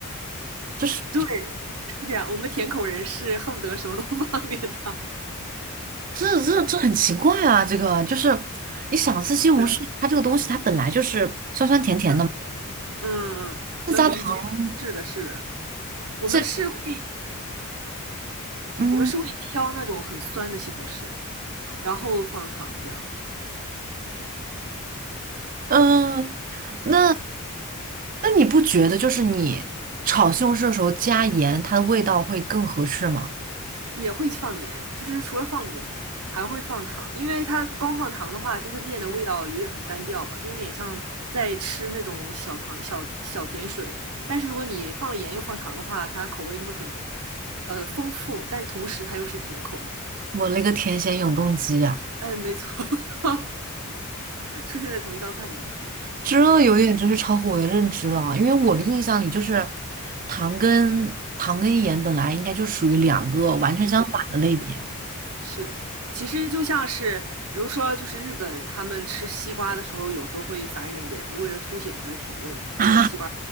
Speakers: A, on the right; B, on the right.
A: 就是
B: 对，是这样，我们甜口人是恨不得什么都 <laughs> 放点糖
A: 这这这很奇怪啊！这个就是你想吃西红柿，
B: 的，
A: 它这个东西它本来就是酸酸甜甜的嘛，
B: 嗯。嗯嗯，
A: 那加糖，
B: 能理解，是的，是的，我们是会
A: 这嗯
B: 我们是会挑那种很酸的西红柿，然后放糖这样的，
A: 嗯，呃那那你不觉得就是你炒西红柿的时候加盐，它的味道会更合适吗？
B: 也会放盐，就是除了放盐，还会放糖，因为它光放糖的话，就会变得味道有点很单调嘛，就有点像在吃那种小糖小小甜水。但是如果你放了盐又放糖的话，它口味就会很呃丰富，但是同时它又是甜口的。
A: 我那个甜咸永动机啊！
B: 嗯，没错，<laughs> 出现在同一道菜里。
A: 这有点真是超乎我的认知了啊，因为我的印象里就是糖跟糖跟盐本来应该就属于两个完全相反的类别
B: 嗯，是，其实就像是，比如说，就是日本他们吃西瓜的时候，有时候会撒一点盐，为了凸显它的甜味。
A: 啊
B: 如果西瓜